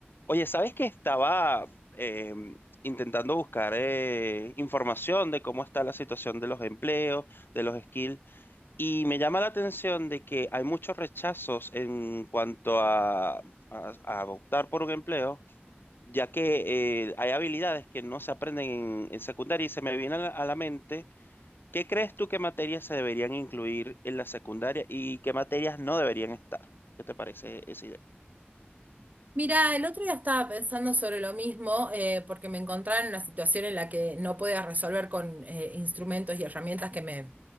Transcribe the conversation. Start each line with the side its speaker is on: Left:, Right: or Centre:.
Left: Oye, ¿sabes que estaba eh, intentando buscar eh, información de cómo está la situación de los empleos, de los skills? Y me llama la atención de que hay muchos rechazos en cuanto a, a- a optar por un empleo, ya que eh, hay habilidades que no se aprenden en, en secundaria y se me viene a la, a la mente, ¿qué crees tú que materias se deberían incluir en la secundaria y qué materias no deberían estar? ¿Qué te parece esa idea?
Right: Mira, el otro día estaba pensando sobre lo mismo, eh, porque me encontraba en una situación en la que no podía resolver con eh, instrumentos y herramientas que me,